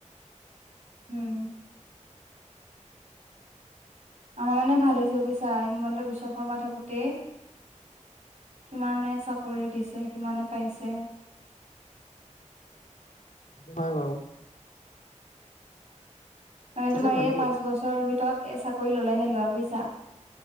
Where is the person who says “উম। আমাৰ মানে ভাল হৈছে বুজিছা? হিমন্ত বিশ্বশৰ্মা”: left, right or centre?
Right